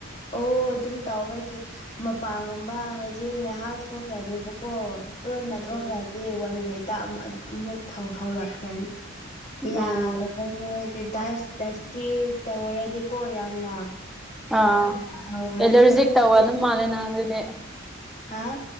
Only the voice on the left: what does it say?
ꯑꯣ ꯑꯗꯨꯝ ꯇꯥꯎꯕꯒꯤ ꯃꯄꯥꯟꯒꯨꯝꯕ ꯍꯧꯖꯤꯛ ꯉꯥꯏꯍꯥꯛ ꯊꯣꯛꯈ꯭ꯔꯗꯤꯦꯕꯀꯣ ꯇꯣꯏꯅ
ꯊꯣꯛꯈ꯭ꯔꯗꯤ ꯋꯥꯟ ꯋꯦꯛꯇ ꯑꯃꯨꯛ ꯍꯧꯔꯛꯈ꯭ꯔꯅꯤ ꯌꯥꯗꯕꯅꯦ
ꯗꯁ ꯗꯁꯀꯤꯤ ꯇꯧꯔꯗꯤꯀꯣ ꯌꯥꯝꯅ
ꯍꯧꯈ꯭ꯔꯅꯤ
ꯑꯗꯨꯗꯤ
ꯍꯥꯥ